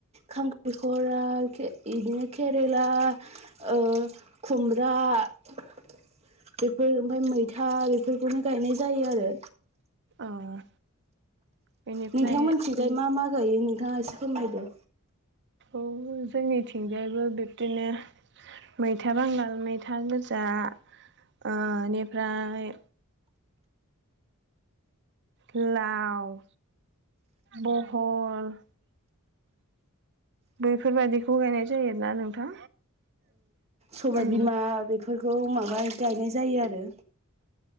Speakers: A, on the right; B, on the right.
A: खांखलिखरा खे इदिनो केरेला ओ खुमब्रा बेफोर ओमफाय मैथा बेफोरखौनो गायनाय जायो आरो।
B: औ बेनिफ्राय
A: नोंथां मिथिंजाय मा मा गायो नोंथाङा एसे फोरमायदो।
B: औ जोंनिथिंजायबो बिब्दिनो मैथा बांगाल मैथा गोजा ओ निफ्राय लाव बहल बैफोरबायदिखौ गायनाय जायो ना नोंथां।
A: सबाइ
B: उम
A: बिमा बेफोरखौ माबा गायनाय जायो आरो।